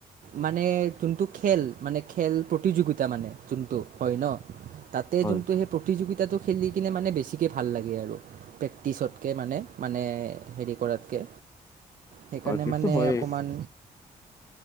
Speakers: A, on the right; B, on the left.
A: মানে যোনটো খেল মানে খেল প্ৰতিযোগিতা মানে যোনটো হয় ন' তাতে
B: হয়
A: যোনটো সেই প্ৰতিযোগিতা খেলি কিনে মানে বেছিকৈ ভাল লাগে আৰু প্ৰেক্টিচতকে মানে- মানে হেৰি কৰাতকে। সেইকাৰণে
B: হয় সেইটো
A: মানে
B: হয়েই
A: অকমান